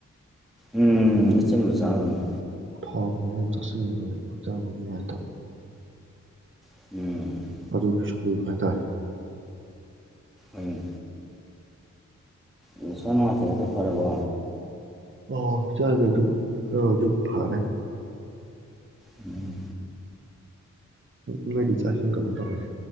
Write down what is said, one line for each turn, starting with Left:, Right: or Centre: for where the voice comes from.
Centre: ꯎꯝ ꯏꯆꯝꯕꯂ ꯆꯥꯔꯝꯃꯤ
Right: ꯊꯥꯎꯒꯤꯗ ꯆꯥꯁꯤꯟꯅꯕꯗ ꯍꯛꯆꯥꯡꯕꯨ ꯅꯨꯡꯉꯥꯏꯇꯕ
Centre: ꯎꯝ
Right: ꯑꯗꯨꯒꯤꯁꯨ ꯀꯨꯏꯨ ꯍꯥꯏꯇꯥꯔꯦ
Centre: ꯎꯝ ꯅꯁꯥ ꯅꯨꯡꯉꯥꯏꯇꯦ ꯍꯥꯏꯗꯣ ꯐꯔꯕꯣ꯫
Right: ꯑ ꯍꯛꯆꯥꯡꯗ ꯑꯗꯨꯝ ꯈꯔ ꯑꯗꯨꯝ ꯐꯔꯦ꯫
Centre: ꯎꯝ
Right: ꯅꫭꯏꯗꯤ ꯆꯥꯛ ꯏꯁꯤꯡ ꯀꯃꯥꯏ ꯀꯃꯥꯏꯅ